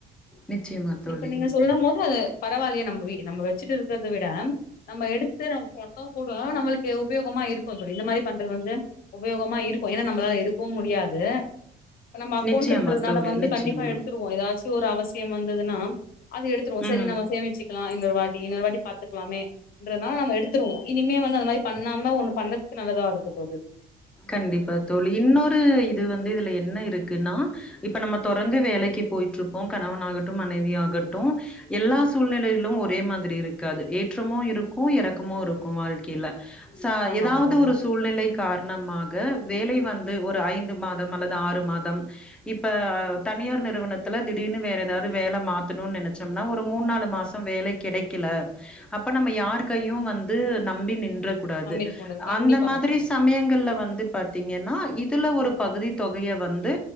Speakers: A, in the centre; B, on the left (about 60°).
A: நிச்சயமா தோழி
B: இப்ப நீங்க சொல்லு போது பரவால்லயே நம்ப வி நம்ப வச்சுட்டு இருக்றத விட நம்ம எடுத்து நம்ம கொண்ட கூடயோ நம்மளுக்கு உபயோகமா இருக்கு தோழி இந்த மாரி பண்றது வந்து உபயோகமா இருக்கு ஏன்னா நம்மளால எடுக்கவு முடியாது இப்ப நம்ம அக்கௌண்ட்ன்றதுனால
A: நிச்சயமா தோழி
B: வந்து
A: நிச்சயமா
B: கண்டிப்பா எடுத்து ஏதாச்சு ஒரு அவசியம் வந்ததுன்னா அது எடுத்துவம் சரி
A: ம்
B: நம்ம சேமிச்சு க்கலாம் இன்னருவட்டி இன்னருவட்டி பாத்துக்கலாமே ன்றதனால நம் எடுத்துடுவோ இனிமே வந்து அந்த மாரி பண்ணாம ஒண்ணு பண்ணதுக்கு நல்லதா இருக்க போவுது
A: கண்டிப்பா தோழி இன்னொரு இது வந்து இதுல என்ன இருக்குன்னா இப்ப நம்ம தொறந்து வேலைக்கு போயிட்டுருப்போ கணவன் ஆாகட்டும் மனைவி ஆாகட்டும் எல்லா சூழ்நிலைலும் ஒரே மாரி இருக்காது ஏற்றமும் இருக்கும் எறக்கமும் இருக்கும் வாழ்க்கைல ச
B: ஆமாங்க
A: ஏதாவது
B: தோழி
A: ஒரு சூழ்நிலை ணமாக வேலை வந்து ஒரு ஐந்து மாதம் அல்லது ஆறு மாதம் இப்ப தனியார் நிறுவனத்துல திடீர்னு வேற ஏதாது வேல மாத்தணுனு நனச்சம்னா ஒரு மூணு நாலு மாசம் வேல கிடைக்கல அப்ப நம்ம யார்கையும் வந்து நம்பி நின்ற கூடாது
B: நம்பி இருக்க முடியாது கண்டிப்பாக
A: அந்த மாரி
B: தோழி
A: சமயங்கள் வந்து பாத்தீங்கன்னா இதுல ஒரு பகுதி தொகைய வந்து